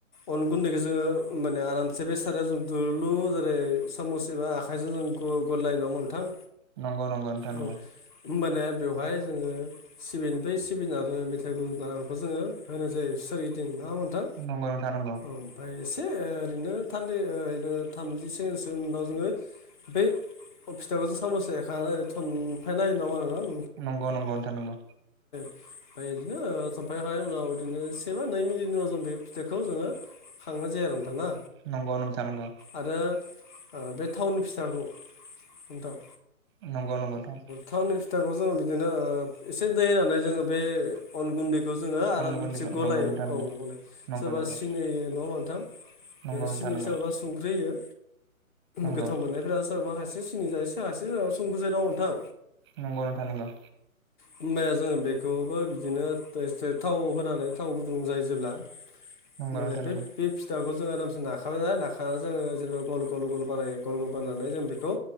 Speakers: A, on the left; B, on the right.
A: अन गुन्दैखौ जोङो माने आरामसे बे सारायाव जों दुलुर लुर जेरै सामस एबा आखाइजों जों गु गुल गुलायो नङा होमबा नोंथां
B: नंगौ नंगौ नोंथां
A: औ
B: नंगौ।
A: होमबानिया बेवहाय जोङो सिबिन बै सिबिन आरो मेथाइ गुर नालेंखौ जोङो होनाय जायो सोरगिदिं नङा होमबा नोंथां
B: नंगौ नोंथां नंगौ
A: ओमफाय से ओरैनो थारथि ओरैनो थामजिसेसो उनाव जोङो बै फिथाखौसो साम'स एखनानै ओरै थनफाय ना होयो नङा होमबा नोङो
B: नंगौ नंगौ नोंथां नंगौ।
A: फाय इदिनो ओ थनफायखांनायनि उनाव बिदिनो से बा नै मिनिटनि उनाव बे फिथाखौ जोङो खांनाय जायो आरो ना
B: नंगौ नंगौ नोंथां नंगौ
A: आरो ओ बे थावनि फिथाखौ एनथाब
B: नंगौ नोंथां नंगौ नोंथां
A: थाउननि औ फिथाखौ जोङो बिदिनो ओ एसे दै होनानै जोङो बे अन गुन्दै खौ जोङो आरामसे
B: अन गुन्दैखौ
A: गलायो
B: नंगौ नोंथां नंगौ
A: औ गलायो
B: नंगौ
A: सोरबा
B: नंगौ
A: सिनि होयो। नङा होमबा नोंथां?
B: नंगौ
A: बे
B: नोंथां
A: सिनि
B: नंगौ
A: सोरबा संख्रि होयो
B: नंगौ
A: गोथाव मोननायफ्रा सोरबा खायसे सिनि जायो सोरबा खायसे संख्रि जायो नङा होमबा नोंथां
B: नंगौ नोंथां नोंगौ।
A: होनबाया जोङो बेखौबो बिदिनो एसे थाव होनानै थाव गुदुं जायो जेब्ला
B: नंगौ
A: माने
B: नोंथां
A: बे
B: नंगौ
A: बे फिथाखौ जों आरामसे नाखाबाय जाया नाखानानै जोङो जेनेबा गल गल गल बानायो गल गल बानायनानै जों बेखौ